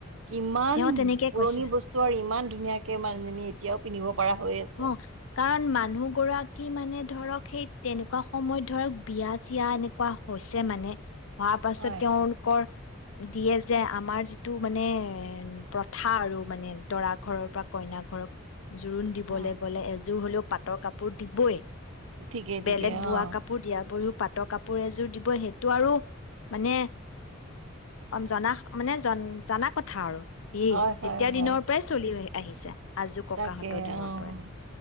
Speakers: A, on the right; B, on the left.
A: কিমান
B: তেওঁ তেনেকে
A: পুৰণি
B: কৈছে
A: বস্তু আৰু ইমান ধুনীয়াকে মানুহজনী এতিয়াও পিন্ধিব পৰা হৈ আছ
B: অহ, কাৰণ মানুহ গৰাক বাকি মানে ধৰক সেই তেনেকুৱা সময়ত ধৰক বিয়া-চিয়া এনেকুৱা হৈছে মানে হোৱা পাছত
A: হয়,
B: তেওঁলোকৰ দিয়ে যে আমাৰ যিটো মানে এ প্ৰথা আৰু মানে দৰা ঘৰৰ পৰা কইনা ঘৰক জোৰোণ কবলৈ
A: উম,
B: গ'লে এযোৰ হলেও পাটৰ কাপ কাপোৰ দিবই
A: ঠিকেই
B: বেলেগ
A: ঠিকেই
B: বোৱা
A: অ'।
B: কাপোৰ দিয়াৰ ওপৰিও পাটৰ কাপোৰ এযোৰ দিব সেইটো আৰু মানে জনা মানে জ জনা কথা আৰু উম
A: হয়,
B: তেতিয়া
A: হয়,
B: দিনৰ
A: হয়।
B: পৰাই চলি আ আহিছা। আজো ককাহঁতৰ
A: তাকে,
B: দিনৰ
A: অ',